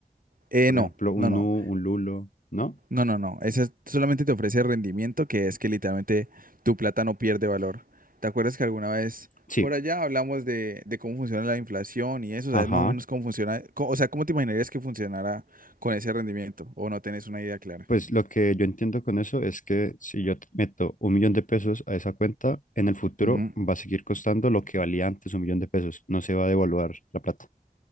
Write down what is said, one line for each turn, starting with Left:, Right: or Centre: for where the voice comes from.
Right: Eh,
Left: por
Right: no,
Left: ejemplo, un
Right: no, no.
Left: Nu, un Lulo, ¿no?
Right: No, no, no. Esa solamente te ofrece rendimiento, que es que literalmente tu plata no pierde valor. ¿Te acuerdas que alguna vez
Left: Sí,
Right: por allá hablamos de, de cómo funciona la inflación y eso?
Left: ajá.
Right: ¿Sabes más o menos cómo funciona? Co- o sea, ¿cómo te imaginarías que funcionara con ese rendimiento? ¿O no tenés una idea clara?
Left: Pues lo que yo entiendo con eso es que si yo te meto un millón de pesos a esa cuenta, en el futuro
Right: Ujú.
Left: va a seguir costando lo que valía antes un millón de pesos, no se va a devaluar la plata.